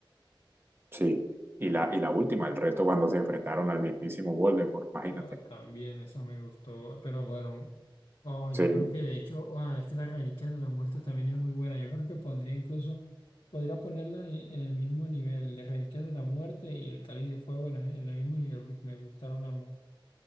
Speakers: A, on the right; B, on the left.
A: Sí. Y la, y la última, el reto cuando se enfrentaron al mismísimo Voldemort, imagínate.
B: Ah, también, eso me gustó, pero bueno, oh, yo
A: Sí,
B: creo que de hecho, ah, es que las reliquias de la muerte también es muy buena. Yo creo que pondría incluso, podría ponerla en, en el mismo nivel, de reliquias de la muerte y el cáliz de fuego en, en el mismo nivel, porque me gustaron ambas.